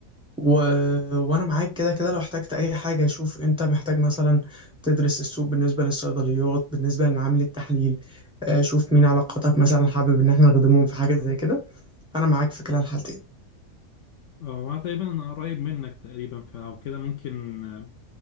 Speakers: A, in the centre; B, on the left (about 65°).
A: و... وأنا معاك كده كده لو احتجت أي حاجة شوف أنت محتاج مثلا تدرس السوق بالنسبة للصيدليات بالنسبة لمعامل التحليل آه، شوف مين علاقاتك مثلا حابب إن احنا نخدمهم في حاجة زي كده أنا معاك في كلا الحالتين
B: آه، وانا تقريبا انا قريب منك تقريبا فلو كده ممكن آه،